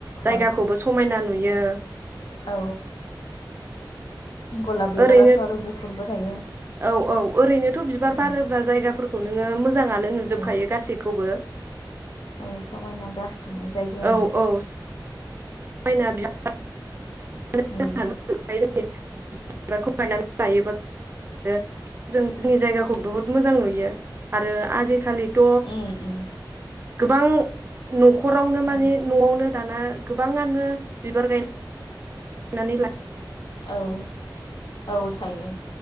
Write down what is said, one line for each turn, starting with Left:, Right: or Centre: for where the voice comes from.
Right: जायगाखौबो
Left: औ
Right: समायना नुयो। यो।
Left: औ। गलाब बिबाराथ'
Right: ओरैनो
Left: आरो गुफुरबो थायो
Right: औ औ ओरैनोथ' बिबार
Left: उम
Right: बारोब्रा जायगाफोरखौ नोङो मोजाङानो नुजोबखायो
Left: औ
Right: गासैखौबो।
Left: औ समायना जाखाङो जायगायानो।
Right: औ औ <unintelligible> <unintelligible>
Left: उम
Right: <unintelligible> गायनानै लायोब्ला यो जों जोंनि जायगाखौ
Left: उम
Right: बहुत मोजां नुयो। आरो आजि खालि द
Left: उम उम
Right: गोबां न'खरावनो माने
Left: उम
Right: न'आवनो दाना गोबाङानो बिबार गाय गायनानै ला
Left: औ औ सायो